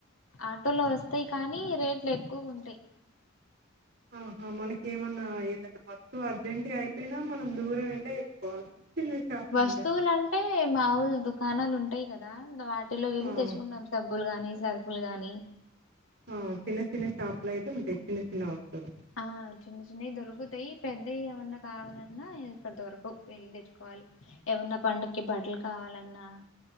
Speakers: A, on the left (about 80°); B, on the right (about 55°).
A: ఆటోలో వస్త వస్తాయి కానీ రేట్లు ఎక్కువ ఉంటాయి
B: ఆహా మనకి ఏమన్నా ఏదైనా ఫస్ట్ అర్జెంట్గా అయిపోయినా మనం దూరం వెళ్లే తెచ్చుకోవాలి చిన్న షాపులు
A: వస్తువులు
B: ఉంటాయి
A: అంటే మాములు దుకాణాలు ఉంటాయి కదా వాటిలో కెళ్ళి
B: ఆ,
A: తెచ్చుకుంటాం స కూల్ గానీ సర్ఫుల్ గానీ
B: ఆ చిన్న చిన్న షాప్ల అయితే ఉంటయి చిన్న చిన్న వస్తువులు
A: ఆ చిన్న చిన్నవి దొరుకుతాయి పెద్దవి ఏమన్నా కావాలన్నా ఇంక దొరకవ్ వెళ్ళి తెచ్చుకోవాల ఏమన్నా పండక్కి బట్టలు కావాలన్నా